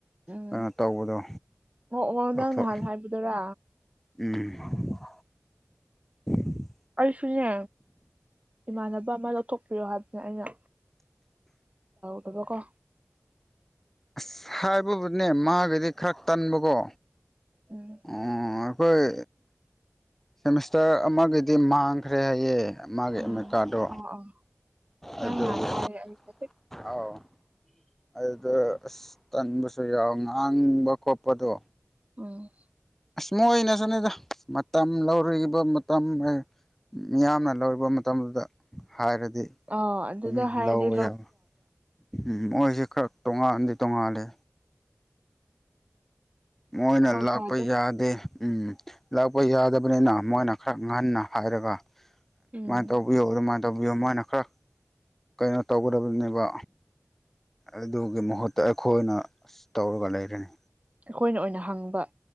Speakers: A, on the right; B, in the centre.
A: ꯎꯝ
B: ꯀꯩꯅꯣ ꯇꯧꯕꯗꯣ
A: ꯑꯣ ꯉ
B: ꯂꯧꯊꯣꯛ
A: ꯅꯥꯡ ꯅꯍꯥꯟ ꯍꯥꯏꯕꯗꯨꯔꯥ
B: ꯎꯝ ꯎꯝ
A: ꯁꯨꯅꯦ ꯏꯃꯥꯟꯅꯕ ꯑꯃ ꯂꯧꯊꯣꯛ ꯄꯣ ꯍꯥꯏꯅꯦ ꯑꯩꯅ ꯇꯗꯕꯀꯣ
B: ꯑꯁ ꯍꯥꯏꯕꯕꯨꯅꯦ ꯃꯥꯒꯗꯤ ꯈꯔ ꯇꯟꯕꯀꯣ
A: ꯎꯝ
B: ꯑꯣ ꯑꯩꯈꯣꯏ ꯁꯦꯃꯤꯁꯇꯔ ꯑꯃꯒꯤꯗꯤ ꯃꯥꯡꯈ꯭ꯔꯦ ꯍꯥꯏꯌꯦ ꯃꯥꯒꯤ
A: ꯑꯣ
B: ꯑꯦꯃꯤꯠ ꯀꯥꯔꯗꯣ
A: ꯑꯣ ꯑꯣ ꯁꯣꯏꯃ
B: ꯑꯗꯨꯒꯤ
A: ꯂ ꯍꯥ ꯄ
B: ꯑꯥꯎ ꯑꯗꯨꯗ ꯑꯁ ꯇꯟꯕꯁꯨ ꯌꯥꯎ ꯉꯥꯡꯕ ꯈꯣꯠꯄꯗꯣ
A: ꯎꯝ
B: ꯑꯁ ꯃꯣꯏ ꯅ ꯆꯠꯅꯤꯗ ꯃꯇꯝ ꯂꯧꯔꯔꯤꯕ ꯃꯇꯝ ꯃꯤꯌꯥꯝꯅ ꯂꯧꯔꯤꯕ ꯃꯇꯝꯗꯨꯗ ꯍꯥꯏꯔꯗꯤ
A: ꯑꯥ ꯑꯗꯨꯗ
B: ꯑꯗꯨꯝ
A: ꯍꯥꯏꯔꯗꯤ
B: ꯂꯧꯕ ꯌꯥꯕ ꯎꯝ ꯃꯣꯏꯁꯤꯦ ꯈꯔ ꯇꯣꯡꯉꯥꯟꯗꯤ ꯇꯣꯡꯉꯥꯂꯦ ꯃꯣꯏꯅ
A: ꯊꯧꯁꯥꯗꯦ
B: ꯂꯥꯛꯄ ꯌꯥꯗꯦ ꯎꯝ ꯂꯥꯛꯄ ꯌꯥꯗꯕꯅꯤꯅ ꯃꯣꯏꯅ ꯈꯔ ꯉꯟꯅ ꯍꯥꯏꯔꯒ ꯑꯗꯨꯃꯥꯏꯅ
A: ꯎꯝ
B: ꯇꯧꯕꯤꯌꯣ ꯑꯗꯨꯃꯥꯏꯅ ꯇꯧꯕꯤꯌꯣ ꯃꯣꯏꯅ ꯈꯔ ꯀꯩꯅꯣ ꯇꯧꯒꯗꯕꯅꯦꯕ ꯑꯗꯨꯒꯤ ꯃꯍꯨꯠꯇ ꯑꯩꯈꯣꯏꯅ ꯑ ꯇꯧꯔꯒ ꯂꯩꯔꯅꯤ
A: ꯑꯩꯈꯣꯏꯅ ꯑꯣꯏꯅ ꯍꯪꯕ